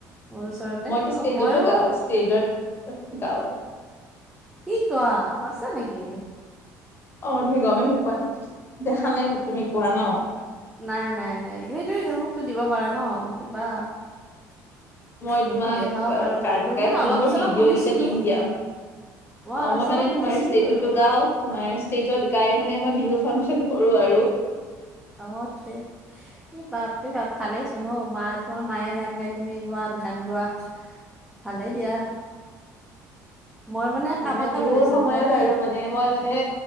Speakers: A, in the centre; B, on the left (about 30°).
A: ওচৰতে
B: মইতো
A: অ
B: ষ্টেজতো
A: ময়ো
B: গাও, ষ্টেজত গাও।
A: কি কোৱা সঁচা নেকি?
B: অঁ' তুমি গমেই নোপোৱা, দেখা নাই তুমি গোৱা ন'।
A: নাই নাই নাই, সেইটোৱেইটো, মোকটো দিব পাৰা ন' কিবা।
B: মই
A: মোকতো
B: তোমাক
A: দেখাব পাৰা
B: গান
A: মইতো
B: গাই
A: মানে
B: শুনো,
A: অলপ
B: মোৰ
A: চলপ
B: ভিডিঅ'
A: শুনিছিলো
B: কেইটা দিম দিয়া। অঁ'
A: অলপ
B: মই
A: চলপ
B: মানে
A: শুনিছিলো
B: তোমাৰ ষ্টেজতো
A: আৰু
B: গাওঁ। তোমাৰ ষ্টেজত গাই মানে মই বিহু ফাংচন কৰোঁ আৰু।
A: অঁ' তে এই বাপ দে না ভালেই চোন ন' মা তোমাৰ মায়ে গান গাই তুমি গোৱা গান গোৱা। ভালে দিয়া। মই কাম
B: মানে
A: এটা
B: বিহুৰ
A: কৰি আছো
B: সময়ত
A: মই সেই
B: আৰু মানে মই মানে